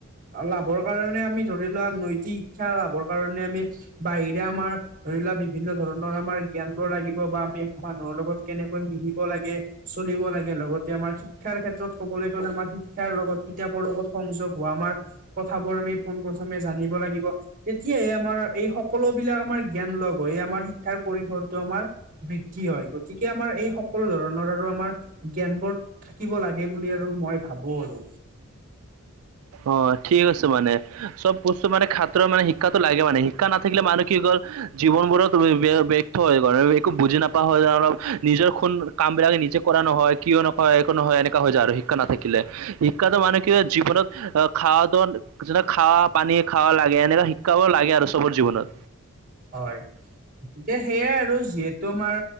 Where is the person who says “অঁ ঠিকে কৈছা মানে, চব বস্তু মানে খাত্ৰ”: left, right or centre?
Right